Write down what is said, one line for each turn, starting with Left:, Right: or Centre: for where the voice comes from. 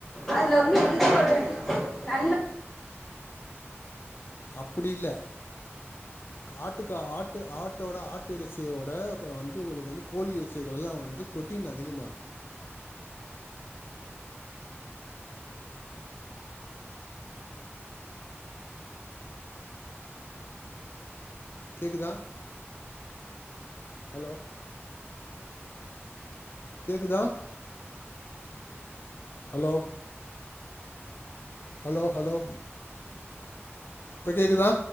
Centre: அதுல வந்து எந்த ஒரு நன்ம
Left: அப்டி இல்ல ஆட்டுக்கா ஆட்டு ஆட்டோட ஆட்டு இறச்சியோட இப்ப வந்து உங்களுக்கு வந்து கோலி இறச்சிகல்லா வந்து புரோட்டீன் அதிகமா இருக்கு கேக்குதா ஹலோ கேக்குதா ஹலோ ஹலோ ஹலோ இப்ப கேக்குதா